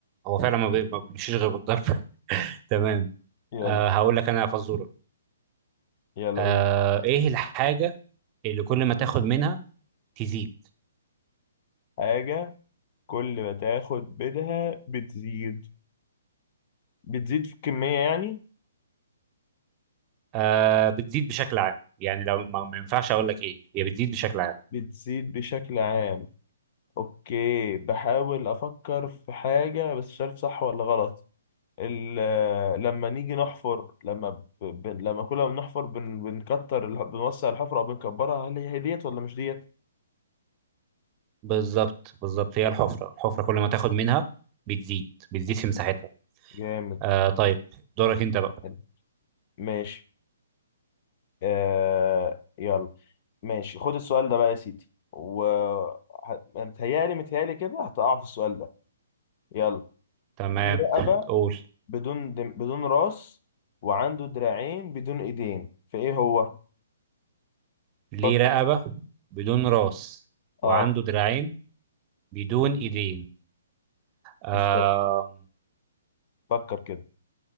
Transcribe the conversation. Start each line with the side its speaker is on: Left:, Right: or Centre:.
Right: هو فعلا ما بي- ما بيمشيش غير بالضرب <laughs> تمام
Left: يلا
Right: آه هقول لك انا يا فزوره
Left: يلا
Right: آه
Left: قول
Right: ايه الحاجه اللي كل ما تاخد منها تزيد
Left: حاجه كل ما تاخد منها بتزيد بتزيد في الكميه يعني
Right: آه بتزيد بشكل عام يعني لو ما ما ينفعش اقول لك ايه هي بتزيد بشكل عام
Left: بتزيد بشكل عام اوكي بحاول افكر في حاجه بس مش عارف صح ولا غلط ال- لما نيجي نحفر لما ب... ب... لما كل ما بنحفر بن... بنكتر ال- بنوسع الحفرة أو بنكبرها هل هي هي ديت ولا مش ديت؟
Right: بالظبط بالظبط هي الحفره الحفره كل ما تاخد منها بتزيد بتزيد في مساحتها
Left: جامد
Right: آه طيب دورك انت بقى
Left: حلو. ماشي آه... يلا ماشي خد السؤال ده بقى يا سيدي و ه- متهيألي متهيألي كده هتقع في السؤال ده يلا
Right: تمام
Left: دي رقبة
Right: قول
Left: بدون دم... بدون راس وعنده دراعين بدون ايدين فايه هو؟
Right: ليه
Left: فكر
Right: رقبه بدون راس وعنده
Left: اه
Right: دراعين بدون ايدين آه
Left: بالظبط فكر كده